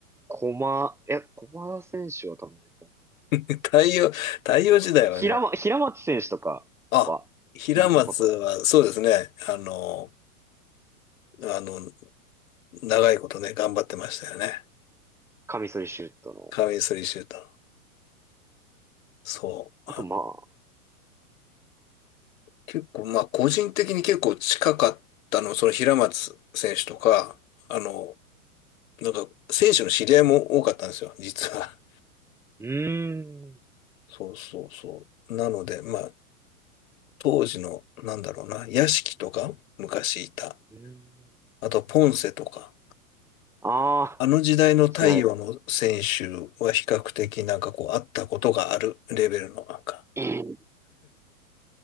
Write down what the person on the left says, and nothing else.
<laughs> 太陽、太陽時代はね、
あ、平松はそうですね、あの、あの、長いことね、頑張ってましたよね。
カミソリシューターの。そう。あ、
結構、まあ個人的に結構近かったの、その平松選手とか、あの、なんか、選手の知り合いも多かったんですよ、実は。
そうそうそう。なので、まあ、当時の、なんだろうな、屋敷とか、昔いた。
あと、ポンセとか。
あの時代の太陽の選手は比較的なんかこう、
あったことがあるレベルのなんか。